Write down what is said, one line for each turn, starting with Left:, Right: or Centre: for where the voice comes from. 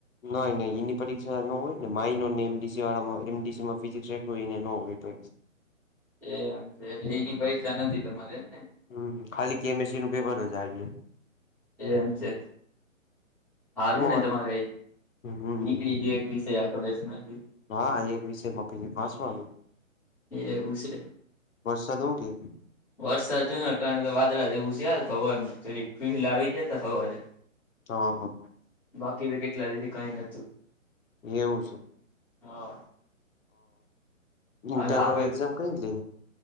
Left: નાઈ નઈ એની પરીક્ષા ન હોય માઇનોર ને એમડીસી વાળા એમડીસી માં ફિઝિક્સ ન હોય પરી <inaudible>
Centre: એ એમ છે એટલે એની પરીક્ષા નથી તમારે એમ ને
Left: હમ ખાલી કેમેંસી નું પેપર જ આઈ છે
Centre: એ એમ છે હારું
Left: જાય
Centre: ને તમારે
Left: હમ
Centre: નીકળી ગયું એક વિષય આ કશમાંથી
Left: હા એક વિષય મા ફરી વાંચવાનું
Centre: એવું છે
Left: વરસાદ હું કે
Centre: વરસાદ જોય અત્રાણે તો વાદળા જે એવું શે હવારનું જરાં ફીલ આવી જાય હવારે
Left: હ હ
Centre: બાકી તો કેટલા દીથી કઈ નતું
Left: એવું છે
Centre: હા
Left: હ ઇન્ટરનલ
Centre: અરે આવે
Left: એક્ઝામ કઈ લે